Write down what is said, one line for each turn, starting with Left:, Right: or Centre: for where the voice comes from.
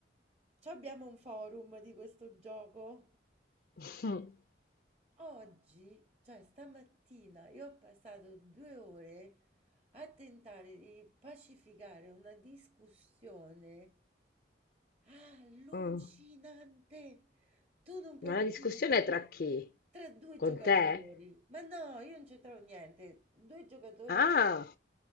Right: Ci abbiamo un forum di questo gioco?
Left: <laughs>
Right: Oggi, cioè stamattina, io ho passato due ore a tentare di pacificare una discussione allucinante.
Left: Mm.
Right: Tu non puoi
Left: Ma
Right: capire.
Left: la discussione è tra chi?
Right: Tra due
Left: Con
Right: giocatori,
Left: te?
Right: ma no, io non c'entravo niente. Due giocatori
Left: Ah,
Right: di